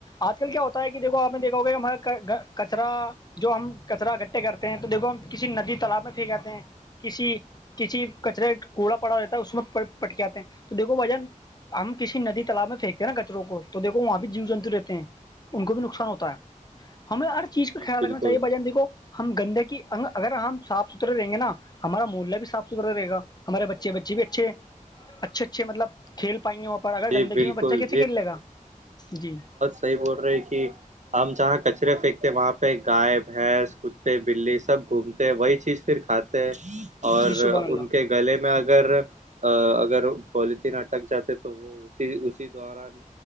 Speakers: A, on the left; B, on the right.
A: آج کل کیا ہوتا ہے کہ دھو آپ نے دیکھاگا کہ ہمارے کچرا جو ہم کچرا اکٹھے کرتے ہیں تو دیکھو ہم کسی ندی تالاب میں پھینک آے ہیں کسی کسی کچرے کوڑا پڑا رہتا ہے اس میں پٹکاتے ہیں تو دیکھو بھجن ہم کسی ندی تالاب میں پھینتے ہیں نا کچروں کو تو دھو وہاں بھی جیو جنتو رہتے ہیں ان کو بھی نقصان ہوتا ہے ہمیں ہر چیز کا
B: جی
A: خیال
B: بالکل
A: رکھنا چاہیے بجتی کو ہم گندا کی انگ اگر ہم صاف ستھرے دیں گے نا ہمارا محلہ بھی صاف ستھرا رہے گا ہمارے بچے بچے بھی اچھے اچھے اچھے مطلب کھیل پائیں گے وہاں پر اگر
B: جی
A: گندگی
B: بالکل
A: میں بچہ کیسے کھیل لے گا جی
B: صحی بول رہے ہیں کہ ہم جہاں کچرے پھینکتے وہاں پہ گائے بھینس کتے بلی سب گھومتے ہیں وہی چیز پھر کھاتے <unintelligible> اور
A: جی
B: ان
A: شبحان اللہ
B: کے گلے میں اگر اگر پلیتین اٹک جاتے تو تو وہ اسی اسی دوران